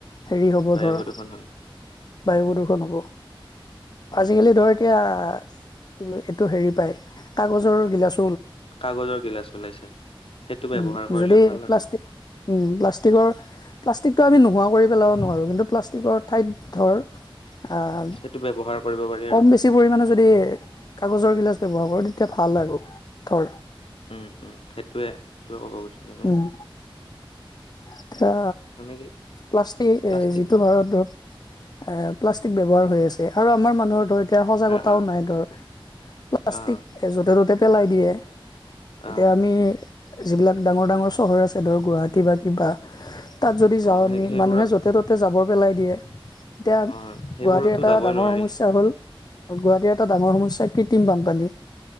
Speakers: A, on the left; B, on the left.
A: হেৰি হ'ব
B: বায়ু
A: ধৰা
B: প্ৰদূষণ হয়
A: বায়ু প্ৰদূষণ হ'ব
B: উম
A: আজিকালি ধৰ এতিয়া কি এইটো হেৰি পায় কাগজৰ গিলাচ
B: কাগজৰ গিলাচ ওলাইছে। সেইটো ব্যৱহাৰ
A: উম,
B: কৰিলে
A: যদি
B: ভাল
A: প্লাষ্টিক
B: আৰু
A: উম, প্লাষ্টিকৰ প্লাষ্টিকটো আমি নোহোৱাও কৰি পেলাব নোৱাৰোঁ কিন্তু প্লাষ্টিকৰ ঠাইত ধৰ আহ,
B: সেইটো ব্যৱহাৰ কৰিব পাৰি
A: কম
B: আৰু
A: বেছি পৰিমাণে যদি কাগজৰ গিলাচ ব্যৱহাৰ কৰোঁ তেতিয়া ভাল আৰু ধৰ
B: উম, উম, সেইটোৱে সেইটোৱে ক'ব গৈছো ময়ো।
A: উম, এতিয়া
B: মানে কি
A: প্লাষ্টিক
B: প্লাষ্টিক
A: যিটো ভাৰতত এ প্লাষ্টিক ব্যৱহাৰ হৈ আছে আৰু আমাৰ মানুহৰ ধ এতিয়া সজাগতাও
B: আহ আহ
A: নাই ধৰ প্লাষ্টিক
B: আহ
A: এ যতে ত'তে পেলাই দিয়ে। এতিয়া
B: আহ
A: আমি যিবিলাক ডাঙৰ ডাঙৰ চহৰ আছে ধৰ গুৱাহাটী বা কিবা তাত যদি যাওঁ
B: অ
A: আমি
B: সেই সেইবোৰত
A: মানুহে য'তে ত'তে জাবৰ পেলাই দিয়ে এতিয়া
B: অ সেইবোৰতো
A: গুৱাহাটীৰ এটা
B: যাবই
A: ডাঙৰ
B: নোৱাৰি
A: সমস্যা হ'ল গুৱাহাটীৰ এটা ডাঙৰ সমস্যা কৃত্ৰিম বানপানী।